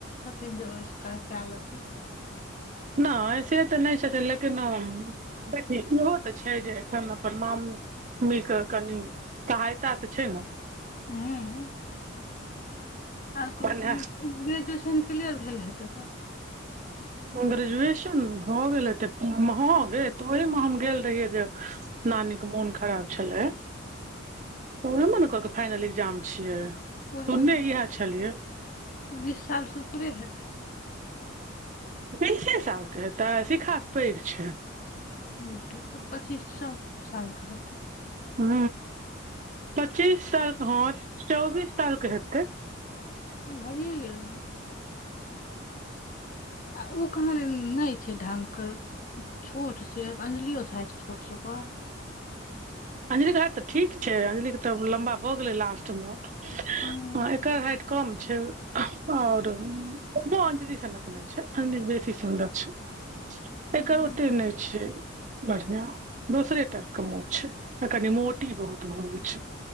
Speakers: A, on the left; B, on the right.
A: छथिन जे ओहिसँ कए लेथिन
B: न से तऽ नहि छथिन लेकिन हम देख इहो तऽ छै जे एखन अपन माम मम्मी के कनि सहायता तऽ छै ने
A: हँ आ
B: भने
A: ग्रेजुएशन क्लियर भेल हेत
B: ग्रेजुएशन हो गेलै तऽ हो ग तऽ ओहिमे हम गेल रहियै जे नानी क मोन खराब छलै ओहमे ने कहके फाइनल एकग्जाम छियै सुनने
A: उएह ने
B: इएह छलियै
A: बीस सालसँ उपरे हेतै
B: तीसे सालके हेतै सिखासँ पैघ छै
A: बुझलिय त पच्चीस स सालके छथित
B: ह पच्चीस सालके हँ चौबीस सालके हेतै
A: भाइये गेले आ ओ कहाँ नहि छै ढंग कऽ छोट छै अंजलियो सऽ हाइट छोट सेबङ
B: अंजलिके हाथ तऽ ठीक छै अंजलिके तऽ लम्बा भऽ गेलै लास्ट मे
A: हूँ,
B: ह एकर हाइट कम आओरो अंजलि सनक नहि छै अंजल बेसी सुन्दर छै
A: जाय
B: एकर ओते नहि छै बढ़िआँ दोसरे टाइपके मुह छै कनि मोटी बहुत भऽइ छै